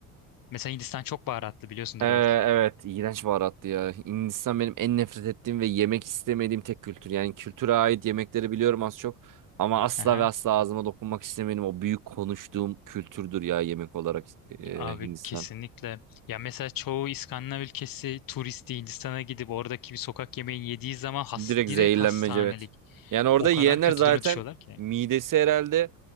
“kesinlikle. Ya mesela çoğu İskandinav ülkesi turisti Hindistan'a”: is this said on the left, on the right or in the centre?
Left